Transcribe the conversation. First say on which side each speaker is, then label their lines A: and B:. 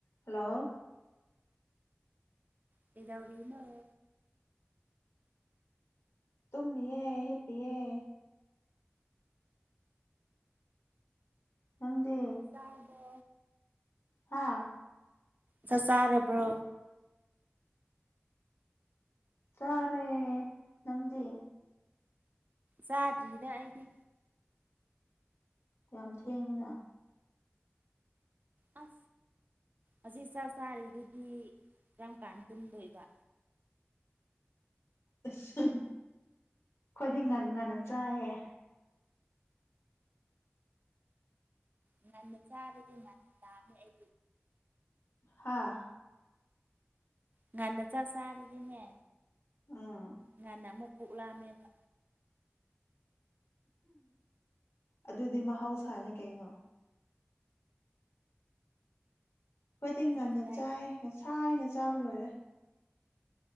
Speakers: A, on the left; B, on the right.
A: ꯍꯜꯂꯣ꯫
B: ꯀꯩꯗꯧꯔꯤꯅꫭ꯫
A: ꯃꯤꯑꯦ ꯍꯦꯄꯤꯑꯦ꯫ ꯅꯪꯗꯤ
B: ꯆꯥꯏꯗ꯫
A: ꯍꯥ꯫
B: ꯆ ꯆꯥꯔꯕ꯭ꯔꯣ꯫
A: ꯆꯥꯔꯦ ꯅꯪꯗꯤ꯫
B: ꯆꯥꯗ꯭ꯔꯤꯗ ꯑꯩꯗꯤ꯫
A: ꯌꯥꯝ ꯊꯦꯡꯉꯤꯅ꯫
B: ꯑꯁ꯫ ꯑꯁꯤ ꯆꯥꯛ ꯆꯥꯔꯤꯗꯨꯗꯤ ꯀꯔꯝ ꯀꯥꯟ ꯇꯨꯝꯗꯣꯏꯕꯥ꯫
A: ꯑꯁ ꯈꯣꯏꯗꯤ ꯉꯟ ꯉꯟꯅ ꯆꯥꯏꯌꯦ꯫
B: ꯉꯟꯅ ꯆꯔꯗꯤ ꯉꯟꯅ ꯂꯥꯝꯑꯦ꯫
A: ꯍꯥꯥ꯫
B: ꯉꯥꯟꯅ ꯆꯛ ꯆꯥꯔꯗꯤꯅꯦ
A: ꯎꯝ꯫
B: ꯉꯟꯅ ꯑꯃꯨꯛ ꯄꯨꯛ ꯂꯥꯝꯑꯦꯕ꯫
A: ꯑꯗꯨꯗꯤ ꯃꯍꯧꯁꯥꯅꯦ ꯀꯩꯅꯣ꯫ ꯈꫭꯏꯗꯤ
B: ꯅꯪꯗꯤ
A: ꯉꯟꯅ
B: ꯀꯥꯏꯗꯒꯤ
A: ꯆꯥꯏ ꯉꯁꯥꯏꯅ ꯆꯥꯕ ꯂꯣꯏꯔꯦ꯫